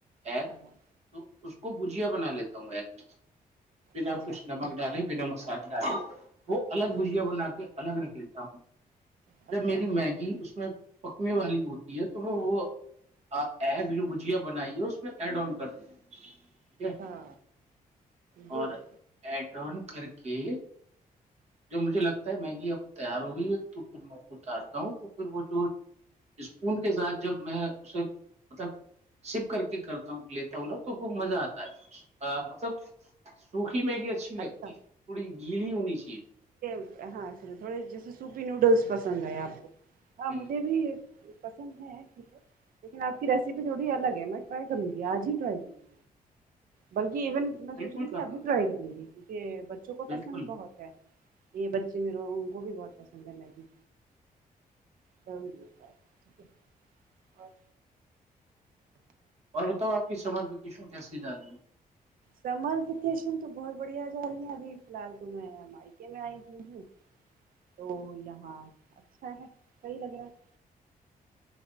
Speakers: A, on the right (about 45°); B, on the right (about 70°).
A: ایگ
B: ہاں ہاں
A: تو اس کو بجیا بنا لیتا ہوں ایک بنا
B: اچھا
A: آپ کچھ نمک ڈالیں ب نمسار ڈال وہ الگ
B: ہوں
A: بھجیا بنا کے الگ رک لیتی ہ <unintelligible>
B: اچھا
A: جب میری میگی اس میں پکنے والی ہوتی ہے تو وہ آ ایب جو بجیا بنائی ہے اس میں ایڈ آن کر دی ٹیک ہے
B: ہاں گڈ
A: اور ایڈ ٹان کر کے جب مجھے لگتا ہے میگی اب تیار ہو گئی ہے تو پھر میں کو اتارتا ہوں تو پھر وہ جو اسپون کے ساتھ جب میں اسے مطلب سپ کر کے کرتا ہوں لیتا وا تو وہ مزہ آتا ہے مطلب س مگیا چھی
B: اچھا
A: پڑی گل ہو نہیں چ
B: ہاںسے تھوڑے جیسے سوپی نوڈلس پسند ہے آپ کو ہاں مجھے
A: ہ
B: بھی پسند ہے یک ہے لیکن آپ کی ریسیپی تھوڑی الگ ہے میں ٹرائی کروں گی آج ہی ٹرائی کروں گی بکہ ایون میں
A: بالکل
B: سوچ رہی ہ کہ
A: کرنا
B: ابھی رائی کروں گی کہ بچوں کو
A: بالکل
B: پسند بہت ہے یہ بچے میرے ان کو بھی بہت پسند ہیں مگی کروں گی ٹھ ہے اور
A: اور بتاؤ آپ کی سمج ایشو کیسی ج رہ ہے
B: سمر ویکیشن تو بہت بڑھیا جا رہی ہیں ابھی فی الحال تو میں مائکے میں آئی ہو ہوں تو یہاں اچھا ہے صحی لگ رہا ہے